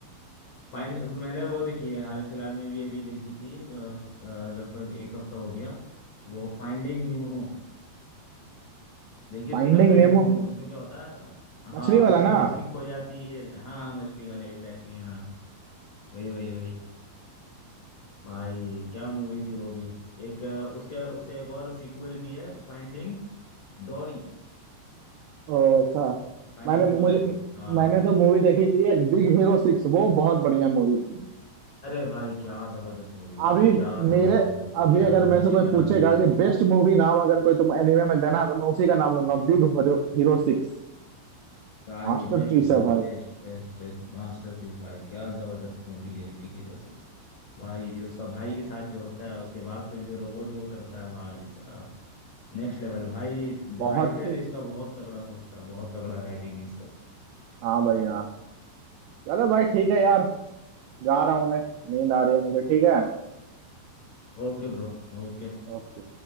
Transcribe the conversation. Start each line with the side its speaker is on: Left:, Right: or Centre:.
Left: पांड मैंने वो देखी है हाल फिलहाल में भी अभी देखी थी अ, अ, लगभग एक हफ्ता हो गया वो फाइंडिंग नीमो देखी
Right: फाइंडिंग
Left: तुमने फाइंडिंग
Right: नेमो
Left: नीमो उसमें क्या होता है अ,
Right: मछली
Left: हाँ
Right: वाला
Left: मछली
Right: ना
Left: मछली खो जाती है हाँ हाँ मछली वाले एग्जैक्टली हाँ वही वही वही भाई क्या मूवी थी वो भी एक अ, उसके उसका एक और सीक्वल भी है फाइंडिंग डोरी
Right: ओ ऐसा
Left: फाइंडिंग
Right: मैंने
Left: डोरी
Right: मुझे
Left: हाँ
Right: मैंने तो मूवी देखी थी एक बिग हीरो सिक्स वो बहुत बढ़िया मूवी थी
Left: अरे भाई क्या जबरदस्त मूवी है भाई
Right: अभी
Left: क्या
Right: मेरे
Left: जबरदस्त मूवी
Right: अभी
Left: क्या
Right: अगर मेरे
Left: मूवी
Right: से कोई
Left: का
Right: पूछेगा
Left: नाम ले लिया
Right: कि
Left: भाई
Right: बेस्ट मूवी नाम अगर कोई तुम एनिमे में देना है तो मैं उसी का नाम लूंगा बिग हीरो सिक्स
Left: भाई
Right: मास्टरपीस
Left: best movie
Right: है भाई
Left: best best best masterpiece भाई क्या जबरदस्त मूवी है बिग हीरो सिक्स भाई उसका भाई के साथ जो होता है उसके बाद फिर जो रोबोट वो करता है भाई साहब नेक्स्ट लेवल भाई
Right: बहुत
Left: जो राइटर
Right: ही
Left: है इसका बहुत तगड़ा सोचता है बहुत तगड़ा राइटिंग है इसका
Right: हाँ भाई हाँ चलो भाई ठीक है यार जा रहा हूँ मैं नींद आ रही है मुझे ठीक है
Left: Okay bro ओके
Right: ओके